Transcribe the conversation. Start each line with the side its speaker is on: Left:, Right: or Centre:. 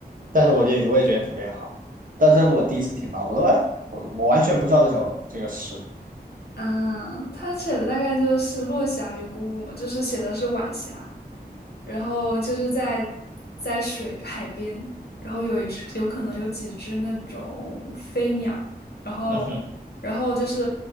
Right: 但是我也我也觉得特别好，但这是我第一次听到，我都哎，我都我完全不知道这首这个诗，
Left: 嗯，他写的大概就是“落霞与孤鹜”嘛，就是写的是晚霞。然后就是在在水海边，然后有一只有可能有几只那种飞鸟，然后
Right: 嗯哼，
Left: 然后就是